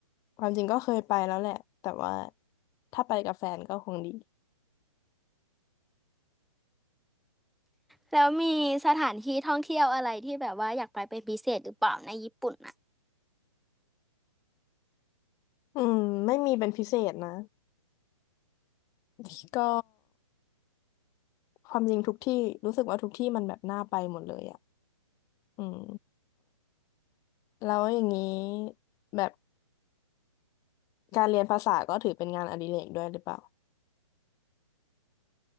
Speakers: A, on the left; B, in the centre.
A: ความจริงก็เคยไปแล้วแหละแต่ว่าถ้าไปกับแฟนก็คงดี
B: แล้วมีสถานที่ท่องเที่ยวอะไรที่แบบว่าอยากไปเป็นพิเศษหรือเปล่าในญี่ปุ่นน่ะ
A: อืมไม่มีเป็นพิเศษนะก็ความจริงทุกที่รู้สึกว่าทุกที่มันแบบน่าไปหมดเลยอ่ะอืม แล้วอย่างนี้แบบการเรียนภาษาก็ถือเป็นงานอดิเรกด้วยหรือเปล่า